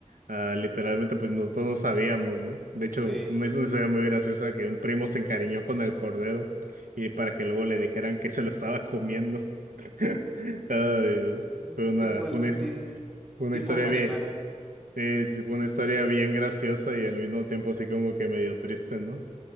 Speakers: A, on the right; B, in the centre.
A: Ah, literalmente, pues nosotros no todos sabíamos, ¿no? De hecho,
B: Sí.
A: es una historia muy graciosa que un primo se encariñó con el cordero y para que luego le dijeran que se lo estaba comiendo. <laughs> Ay, no.
B: Mm,
A: Fue una,
B: Tipo, el-
A: fue una, his-
B: ti-
A: fue
B: tipo
A: una historia
B: Marimar,
A: bien, sí, sí, sí, fue una historia bien graciosa y al mismo tiempo así como que medio triste, ¿no?